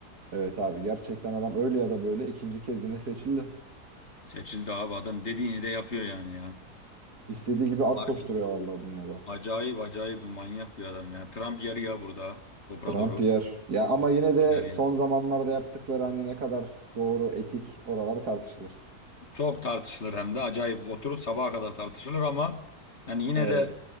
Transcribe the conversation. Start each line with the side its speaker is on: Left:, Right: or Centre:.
Right: Evet abi gerçekten adam öyle ya da böyle ikinci kez yine seçildi.
Left: Seçildi abi adam dediğini de yapıyor yani ya.
Right: İstediği gibi at
Left: Harbi.
Right: koşturuyor vallahi dünyada.
Left: Acayip acayip bir manyak bir adam ya. Trump yer ya burada Obrador'u.
Right: Trump yer. Ya ama yine de
Left: Yer yer.
Right: son zamanlarda yaptıkları hani ne kadar doğru, etik oralar tartışılır.
Left: Çok tartışılır hem de acayip oturur sabaha kadar tartışılır ama yani yine
Right: Evet.
Left: de